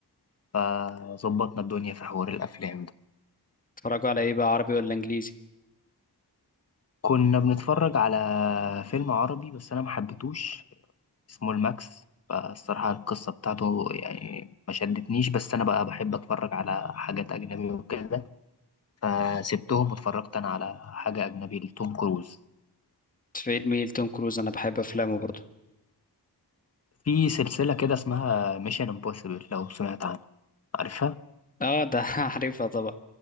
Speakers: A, on the left; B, on the left.
A: فظبطنا الدنيا في حوار الأفلام ده
B: اتفرجوا على ايه بقى عربي ولا انجليزي
A: كنا بنتفرج على فيلم عربي بس أنا محبتوش اسمه الماكس فالصراحة القصة بتاعته يعني ما شدتنيش بس أنا بقى بحب أتفرج على حاجات أجنبي وكده فسبتهم واتفرجت أنا على حاجة أجنبي لتوم كروز
B: فيلم ايه لتوم كروز انا بحب افلامه برضه
A: في سلسلة كده اسمها ميشن امبوسيبل لو سمعت عنها عارفها؟
B: اه ده <laughs> عارفها طبعا